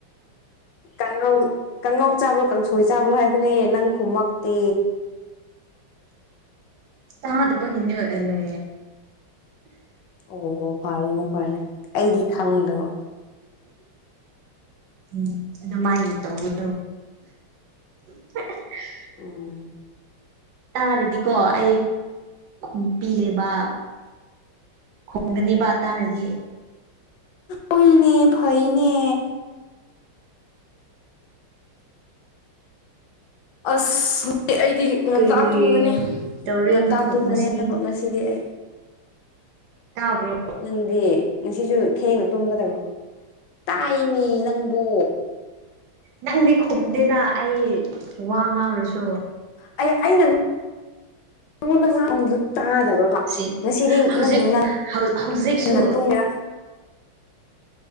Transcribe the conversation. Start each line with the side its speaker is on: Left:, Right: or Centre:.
Left: ꯀꯥꯡꯉꯧ ꯀꯥꯡꯉꯧ ꯆꯥꯕ꯭ꯔꯣ ꯀꯥꯡꯁꯣꯏ ꯆꯥꯕ꯭ꯔꯣ ꯍꯥꯏꯕꯅꯦ ꯅꯪ ꯈꯨꯨꯝꯃꯛꯇꯦ
Right: ꯇꯥꯗꯕꯒꯤꯅꯤ ꯑꯦꯂꯦ
Left: ꯑꯣꯍꯣ ꯐꯔꯦꯅꯦ ꯐꯔꯦꯅꯦ ꯑꯩꯗꯤ ꯈꯪꯗꯕ
Right: ꯎꯝ ꯑꯗꯨꯃꯥꯏꯅ ꯇꯧꯕ <inaudible>
Left: ꯎꯝ
Right: ꯇꯥꯔꯗꯤꯀꯣ ꯑꯩ ꯈꯨꯝ ꯄꯤꯔꯦꯕ ꯈꯨꯝꯒꯅꯤꯕ ꯇꯥꯔꯗꯤ
Left: ꯍꯣꯏꯅꯦ ꯐꯩꯅꯦ ꯑꯁ ꯉ ꯑꯩꯗꯤ ꯉꯟꯇꯥ
Right: ꯀꯔꯤ ꯀꯔꯤ
Left: ꯇꯨꯝꯒꯅꯤ
Right: ꯇꯧꯔꯦ
Left: ꯉꯟꯇꯥ ꯇꯨꯝꯒꯅꯤ
Right: ꯉꯁꯤ
Left: ꯍꯥꯏꯕ ꯉꯁꯤꯗꯤ ꯑꯩ
Right: ꯇꯥꯕ꯭ꯔꫭ
Left: ꯅꯪꯗꯤ ꯉꯁꯤꯁꯨ ꯊꯦꯡꯅ ꯇꯨꯝꯒꯗꯕ꯭ꯔꯣ ꯇꯥꯏꯃꯤ ꯅꯪꯕꯣ
Right: ꯅꯪꯗꯤ ꯈꯨꯝꯗꯦꯅ ꯑꯩ ꯋꯥ ꯉꯥꯡꯔꯁꯨ
Left: ꯑꯩ ꯑꯩꯅ ꯅꯉꯣꯟꯗ ꯉꯥꯡ ꯗꯨ ꯇꯥꯗꯕ꯭ꯔꯕ
Right: ꯁꯤ
Left: ꯉꯁꯤꯗꯤ
Right: ꯍꯧꯖꯤꯛ
Left: ꯅꯪ ꯉꯟ
Right: ꯍꯧꯖꯤꯛꯁꯨ
Left: ꯉꯟꯅ ꯇꯨꯝꯒꯦꯔꯥ